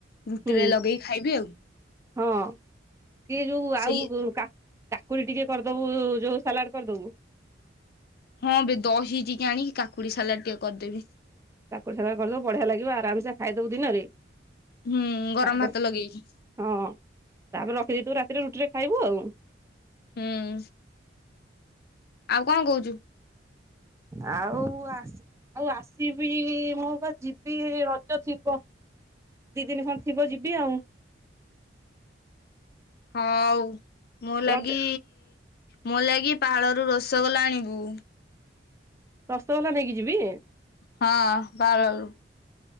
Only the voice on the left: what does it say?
ରୁଟିରେ
ଲଗେଇ ଖାଇବି ଆଉ
ସେଇ
ହଁ ବେ ଦହି ଟିକେ ଆଣିକି କାକ୍ କୁଡ଼ି ସାଲାଡ୍ ଟିକେ କରିଦେବି।
ହୁଁ ଗରମ
ଭାତ
ଲଗେଇକି
ହୁଁ। ଆଉ କଣ କହୁଛୁ?
ହଉ ମୋ ଲାଗି
ମୋ ଲାଗି ପାହାଳରୁୁ ରସଗୋଲା ଆଣିବୁ।
ହଁ ବାଳଳୁ।